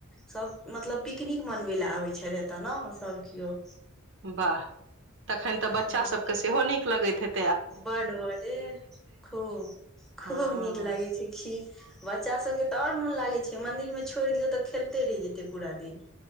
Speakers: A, in the centre; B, on the right (about 60°).
A: सब मतलब पिकनिक मनबै लए आबै छै एतऽ ने सब कीयो।
B: बाह तखन तऽ बच्चा
A: हँ
B: सब के सेहो नीक लगैत हेत
A: बड बडे खूब खूब
B: हँ
A: नीक लागै छै। की बच्चा सब के तऽ आऔर मोन लागे छै मंदिर मे छोड़ि दियौ तऽ खेलते रहि जेते पूरा दिन।